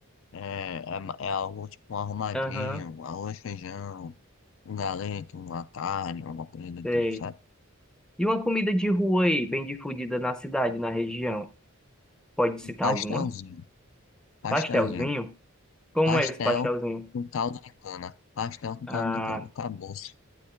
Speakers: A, on the left; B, in the centre.
A: é, é, ma- é algo tipo um arrumadinho,
B: Aham,
A: um arroz, feijão, um galeto, uma carne, uma coisa do
B: sei.
A: tipo, sabe?
B: E uma comida de rua aí, bem difundida na cidade, na região? Pode citar
A: Um pastelzinho.
B: alguma?
A: Pastelzinho.
B: Pastelzinho? Como
A: Pastel
B: é esse pastelzinho?
A: com caldo de cana. Pastel com
B: Ah,
A: caldo de cana. Acabou-se.